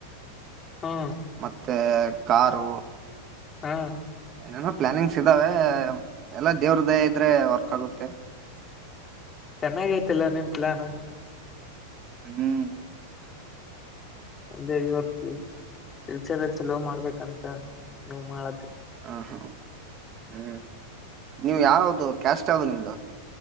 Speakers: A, on the right; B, on the left.
A: <inaudible>
B: ಹ್ಮ್
A: ಮತ್ತೆ ಕಾರು
B: ಹಾ
A: ಏನೇನೋ ಪ್ಲಾನಿಂಗ್ಸ್ ಇದ್ದಾವೆ ಎಲ್ಲಾ ದೇವ್ರ್ ದಯೆ ಇದ್ರೆ ವರ್ಕ್ ಆಗುತ್ತೆ
B: ಚೆನ್ನಾಗ ಅಯ್ತಿಲ್ಲ ನಿಮ್ಮ್ ಪ್ಲಾನ್
A: ಹ್ಮ್
B: ಒಂದೆ ಇವರ್ ಫ್ಯ ಫ್ಯೂಚರ್ ಚಲೋ ಮಾಡ್ಬೇಕಂತ ನೀವು ಮಾಡ
A: ಹಾ ಹಾ ಹ್ಮ್ <inaudible> ನೀವು ಯಾವ್ದ ಕ್ಯಾಸ್ಟ್ ಯಾವ್ದ ನಿಮ್ದು